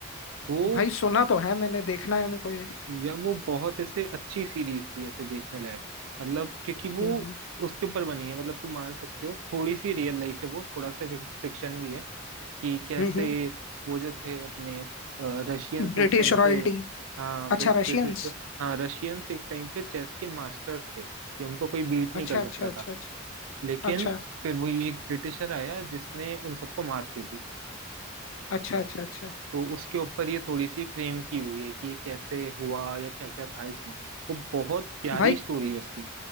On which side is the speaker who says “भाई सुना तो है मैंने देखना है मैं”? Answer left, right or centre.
Left